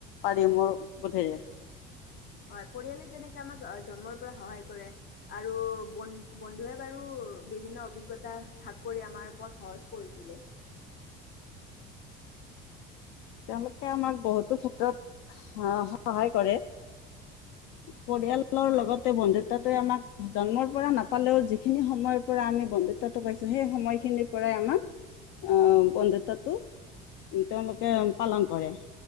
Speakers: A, on the left (about 70°); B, on the left (about 50°).
A: পাৰি, মোৰ বোধেৰে
B: হয় পৰিয়ালে যেনেকে আমাক জন্মৰ পৰা সহায় কৰে আৰু বন্ধ-বন্ধুৱে বাৰু বিভিন্ন অভিজ্ঞতা ভাগ কৰি আমাৰ পথ সহজ কৰি তোলে।
A: তেওঁলোকে আমাক বহুতো ক্ষেত্ৰত আহ, সহায় কৰে, পৰিয়ালৰ
B: হয়
A: লগতে বন্ধুত্বটোৱে আমাক জন্মৰ পৰা নাপালেও যিখিনি সময়ৰ পৰা আমি বন্ধুত্বটো পাইছো, সেই সময়খিনিৰ পৰাই আমাক আহ, বন্ধুত্বটো তেওঁলোকে। পালন কৰে,